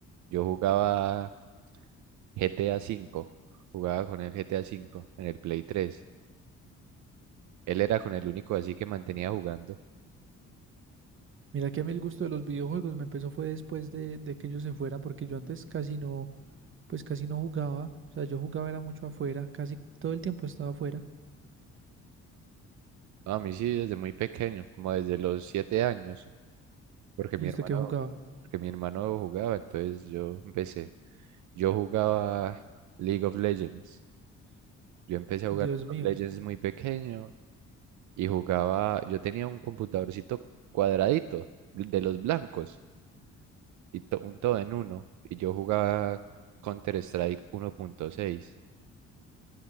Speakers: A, on the right (about 75°); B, on the right (about 40°).
A: Yo jugaba GTA cinco Jugaba con el GTA cinco en el Play tres Él era con el único así que mantenía jugando.
B: Mira que a mí el gusto de los videojuegos me empezó fue después de, de que ellos se fueran, porque yo antes casi no, pues casi no jugaba. O sea, yo jugaba era mucho afuera, casi todo el tiempo estaba afuera.
A: No, a mí sí, desde muy pequeño, como desde los siete años, porque mi
B: ¿Y usted
A: hermano,
B: qué jugaba?
A: porque mi hermano jugaba, entonces yo empecé. Yo jugaba League of Legends. Yo empecé a
B: Dios
A: jugar League
B: mío,
A: of Legends muy pequeño y jugaba, yo tenía un computadorcito cuadradito de los blancos y to- un todo en uno y yo jugaba Counter-Strike uno punto seis